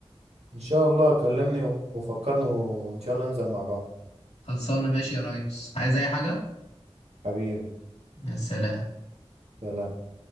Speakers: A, on the right; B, on the left.
A: ان شاء الله كلمني وفكرني وان شاء الله ننزل مع بعض
B: خلصانة ماشي يا ريس عايز أي حاجة؟
A: حبيبي
B: يا سلام
A: سلام